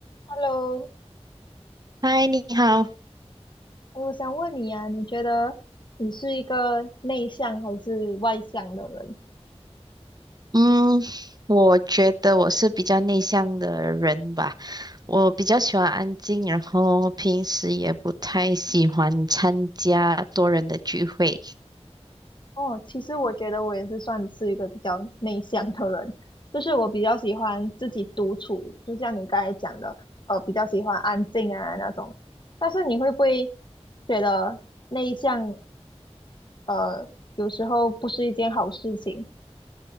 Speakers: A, on the left; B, on the right.
A: Hello，
B: 嗨，你好。
A: 诶我想问你啊，你觉得你是一个内向还是外向的人？
B: 嗯，我觉得我是比较内向的人吧，我比较喜欢安静，然后平时也不太喜欢参加多人的聚会。
A: 哦，其实我觉得我也是算是一个比较内向的人，就是我比较喜欢自己独处，就像你刚才讲的，呃，比较喜欢安静啊那种。但是你会不会觉得内向，呃，有时候不是一件好事情？